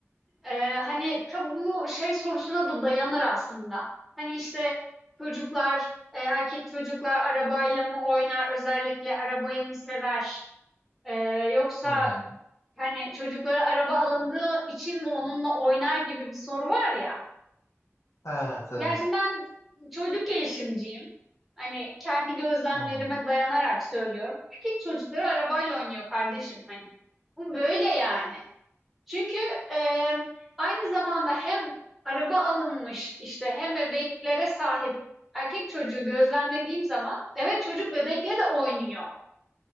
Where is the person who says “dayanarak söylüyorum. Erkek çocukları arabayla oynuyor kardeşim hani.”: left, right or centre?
Centre